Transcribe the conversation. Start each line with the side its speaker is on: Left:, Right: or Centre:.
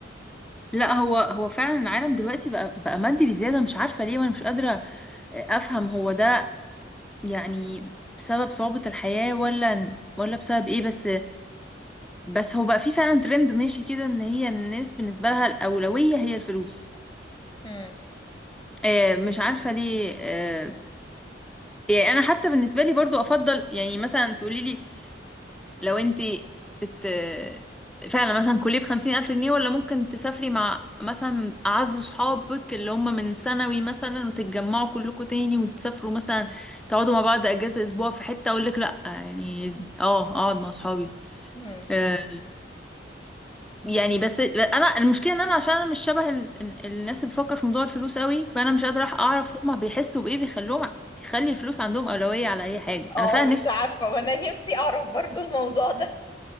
Centre: لا هو هو فعلا العالم دلوقتي بقى بقى مادي بزياده مش عارفه ليه وانا مش قادره افهم هو ده يعني بسبب صعوبه الحياه ولا ولا بسبب ايه بس بس هو بقى في فعلا ترند ماشي كده ان هي الناس بالنسبه لها الاولويه هي الفلوس
Left: مم.
Centre: آه مش عارفه ليه آه يعني انا حتى بالنسبه لي برضو افضل يعني مثلا تقولي لي لو انت ات... فعلا مثلا كلية بخمسين ألف جنيه ولا ممكن تسافري مع مثلا أعز صحابك اللي هم من ثانوي مثلا وتتجمعوا كلكم تاني وتسافروا مثلا تقعدوا مع بعض أجازة أسبوع في حتة أقول لك لأ يعني اه أقعد مع صحابي
Left: مم.
Centre: آه، يعني بس أنا المشكلة إن أنا عشان أنا مش شبه ال... ال- الناس اللي بتفكر في موضوع الفلوس قوي فأنا مش قادرة أعرف هما بيحسوا بإيه بيخلوهم بيخلي الفلوس عندهم أولوية على أي حاجة
Left: اه
Centre: أنا فعلا نفسي
Left: مش عارفة وانا نفسي اعرف برضو الموضوع ده